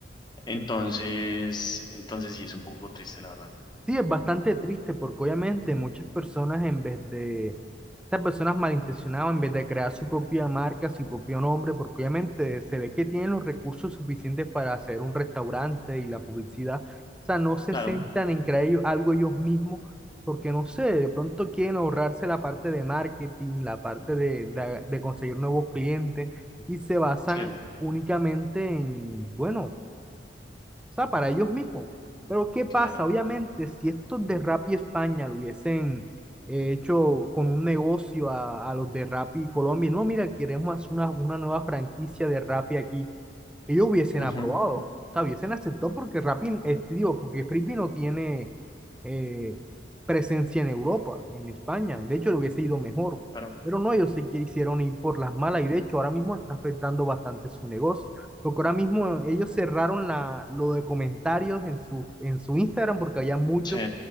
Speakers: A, on the left; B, in the centre.
A: Entonces, entonces sí es un poco triste, la verdad.
B: Sí, es bastante triste porque obviamente muchas personas en vez de, estas personas malintencionadas, en vez de crear su propia marca, su propio nombre, porque obviamente se ve que tienen los recursos suficientes para hacer un restaurante y la publicidad, o sea, no se
A: Claro,
B: sentan en crear ellos- algo ellos mismos, porque no sé, de pronto quieren ahorrarse la parte de marketing, la parte de, de de conseguir nuevos clientes y se basan
A: sí,
B: únicamente en, bueno. O sea, para ellos mismos. Pero ¿qué pasa?
A: claro.
B: Obviamente, si estos de Rappi España lo hubiesen eh, hecho con un negocio a, a los de Rappi Colombia, no, mira, queremos hacer una, una nueva franquicia de Rappi aquí ellos hubiesen
A: Ujú,
B: aprobado, o sea, hubiesen aceptado porque Rappi, eh, digo, porque Frisbee no tiene eh, presencia en Europa, ni en España, de hecho le hubiese ido mejor,
A: claro,
B: pero no, ellos se quisieron ir por las malas y de hecho ahora mismo está afectando bastante su negocio, porque ahora mismo ellos cerraron la, lo de comentarios en su, en su Instagram porque había muchos
A: sí,